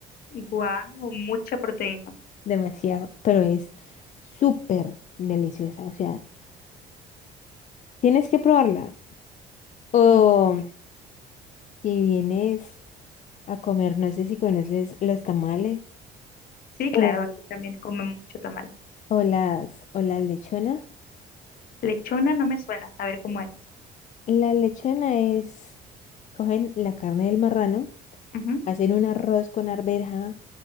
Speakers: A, on the left (about 60°); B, on the left (about 45°).
A: Guau, mucha proteína.
B: Demasiado, pero es súper deliciosa, o sea, Tienes que probarla. O
A: Mm, Sí,
B: si vienes a comer, no sé si conoces los tamales
A: Sí,
B: o,
A: claro, aquí también comen mucho tamal.
B: o las o la lechona.
A: Lechona no me suena, a ver cómo es.
B: La lechona es, cogen la carne del marrano,
A: Ujú.
B: hacen un arroz con arveja